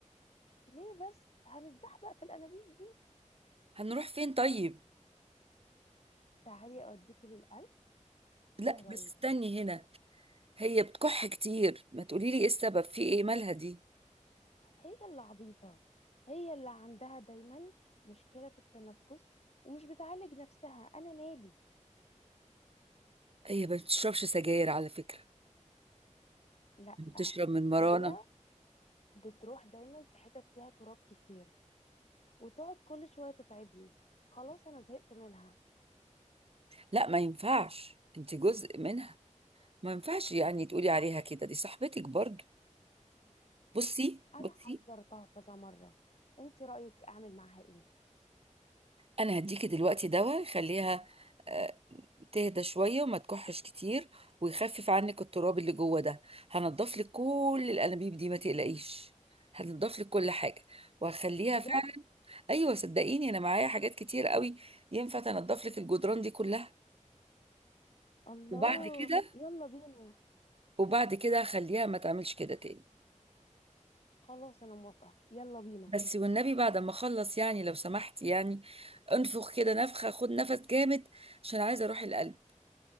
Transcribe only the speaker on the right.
هنروح فين طيب
لا
بس استني هنا هي بتكح كتير ما تقولي لي ايه السبب في ايه مالها دي
هي ما بتشربش سجاير على فكره
بتشرب من مرانه
لا ما ينفعش انت جزء منها ما ينفعش يعني تقولي عليها كده دي صاحبتك برضو بصي
بصي
انا هديكي دلوقتي دواء يخليها آه، تهدى شويه وما تكحش كتير ويخفف عنك التراب اللي جوه ده هنضف لك كل الانابيب دي ما تقلقيش هنضف لك كل حاجه وهخليها
فعلا ايوه صدقيني انا معايا حاجات كتير قوي ينفع تنضف لك الجدران دي كلها
وبعد كده
وبعد كده هخليها ما تعملش كده تاني
بس والنبي بعد ما اخلص يعني لو سمحت يعني انفخ كده نفخه خد نفس جامد عشان عايزه اروح القلب